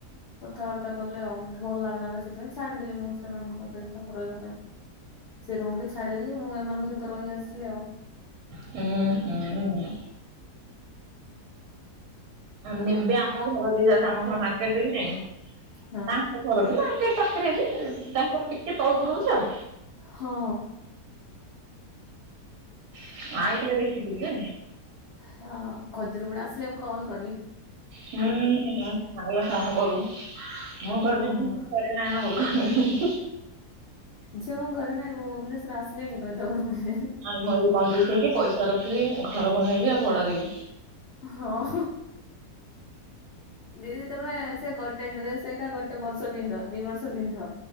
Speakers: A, on the left; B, on the right.
A: କଥାବାର୍ତ୍ତ ବାର୍ତ୍ତା କଲେ ଆଉେ ଭଲ ଲାଗିଲାାନ ସେଥିପାଇଁ ଛାଡିଦେଲି ମୁଁ ସେମାନଙ୍କ ସହିତ ରହିବା ପାଇଁ। ସେ ରୁମ ବି ଛାଡିଦେଲି ମୁଁ ଏମାନଙ୍କ ସହିତ ରହି ଆସିଲି ଆଉ।
B: ହୁଁ। ହୁଁ ଉଁ। ନିବେ ଆମ ଘର ଦେଇ ଯାଉଚି ଆମ ଘର ମାର୍କେଟରେ କି ନାଇଁ।
A: ହଁ
B: ଆମ ଘର ବି ମାର୍କେଟ ପାଖରେ ଯେ ତାଙ୍କର ଟିକେ ତଳକୁ ରହୁଛି ଆଉ।
A: ହଁ
B: <inaudible> ଦେଖିଥିବି ଯେ।
A: ହଁ ଖଜୁର ଗୁଡା ଆସିଲେ କଲ କରିବି।
B: ହୁଁ ହୁଁ ଆଇଲେ ଫୋନ୍ କରିବୁ ମୁଁ କହିବି
A: ହଁ
B: <unintelligible> ସେ ନାନ ଘରକୁ
A: ଝିଅ ମୁଁ ଘରେ ନାହିଁ ମୁଁ ଭୁବନେସ୍ୱର ଆସିଲିଣି କହିଦବ ତମେ।
B: ଆମ ଘରକୁ <unintelligible> ପଇସା ରଖିବି ଘର ବନେଇବି ଆଉ ଭଡା ଦେବି।
A: ହଁ। ଦିଦି ତମେ ସେ ଗୋଟେ ଡ୍ରେସ ଏକ ଏକା ଗୋଟେ ବର୍ଷ ପିନ୍ଧ ଦି ବର୍ଷ ପିନ୍ଧ।